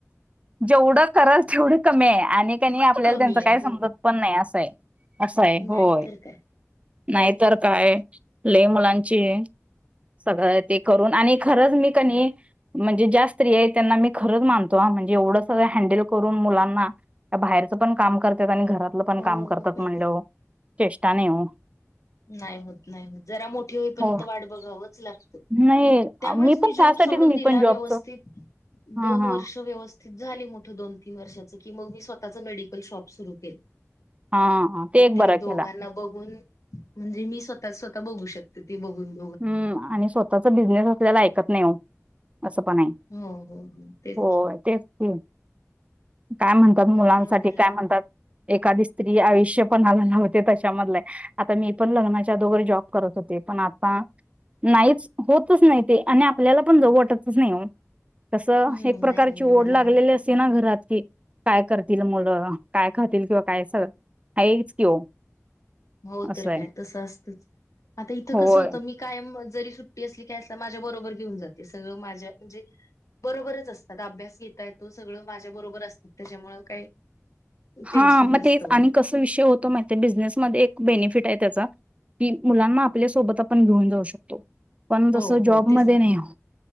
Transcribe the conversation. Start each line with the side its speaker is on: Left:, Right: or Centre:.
Right: जेवढं करल तेवढं कमी आहे आणि त्यांनी आपल्याला
Left: कमी
Right: त्यांच
Left: आहे
Right: काय
Left: हो
Right: समजत पण नाही असंय, असंय होय.
Left: नाहीतर काय
Right: नाहीतर काय, लयी मुलांची. सगळं ते करून, आणि खरंच मी कनी म्हणजे ज्या स्त्री आहेत त्यांना मी खरंच मानतो ह, म्हणजे एवढं संगळ हँडल करून मुलांना बाहेरच पण काम करत्यात, आणि घरातलं पण काम
Left: हो
Right: करतात
Left: मग काय
Right: म्हणल्यावर
Left: तर.
Right: चेष्टा नाही ओ.
Left: नाही होत, नाही होत. जरा मोठी होईपर्यंत
Right: होय.
Left: वाट बघावच लागतं.
Right: नाही
Left: त्यामुळेच मी
Right: पण
Left: जॉब
Right: त्यासाठीच
Left: सोडून
Right: मी
Left: दिला,
Right: पण जॉबच
Left: व्यवस्थित
Right: हां,
Left: दोन
Right: हां.
Left: वर्ष व्यवस्थित झाली मोठं दोन तीन वर्षाचं की मग मी, स्वतःच मेडिकल शॉप सुरू केल.
Right: हां, हां. एक
Left: ते
Right: बरं
Left: दोघांना
Right: केला.
Left: बघून म्हणजे, मी स्वतः स्वतः बघू शकते ते बघू शकते.
Right: हम्म आणि स्वतःचा बिझनेस असलेला ऐकत नाही ओ असं पण आहे.
Left: हो हो तेच
Right: होय,
Left: की.
Right: तेच की, काय म्हणतात
Left: त्यामुळे
Right: मुलांसाठी
Left: म्हणलं
Right: काय
Left: आता
Right: म्हणतात. एखादी स्त्री आयुष्य पणाला लावते तशामधल आहे. आता मी पण लग्नाच्या अगोदर जॉब करत होते पण हा नाहीच होतच नाही ते, आणि आपल्याला पण जाऊ वाटतच नाही ओ. कस
Left: हम्म
Right: एक प्रकारची
Left: नाही नाही एवढं
Right: ओढ
Left: लहान
Right: लागलेली अस ना घरात कि, काय करतील मुलं काय खातील किंवा काय स आहे हेच की ओ.
Left: हो
Right: असं
Left: तर
Right: आहे.
Left: काय तसं असतंच, आता इथं
Right: होय.
Left: कसं होतं मी कायम जरी सुट्टी असली काय असलं, माझ्या बरोबर घेऊन जाते सगळं माझ्या म्हणजे. बरोबरच असतात अभ्यास घेता येतो, सगळं माझ्या बरोबर असतात त्याच्यामुळ काही. टेन्शन
Right: हा मग
Left: नसतं
Right: तेच
Left: मला
Right: आणि कस विषय होतो माहितेय? बिझनेसमध्ये एक बेनिफिट आहे त्याचा की, मुलांना आपल्या सोबत आपण घेऊन जाऊ शकतो. पण
Left: हो
Right: तस
Left: हो
Right: जॉबमध्ये
Left: तेच ना.
Right: नाही हो.